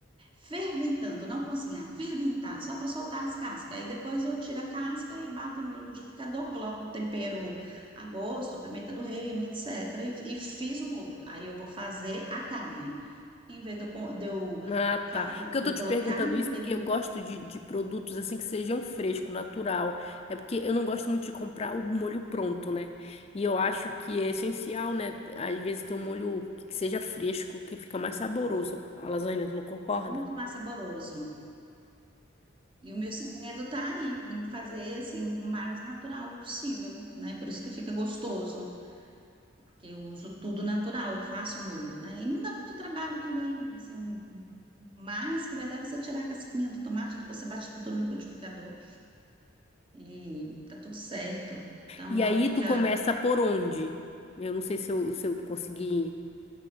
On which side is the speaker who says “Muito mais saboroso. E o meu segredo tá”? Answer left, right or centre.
Right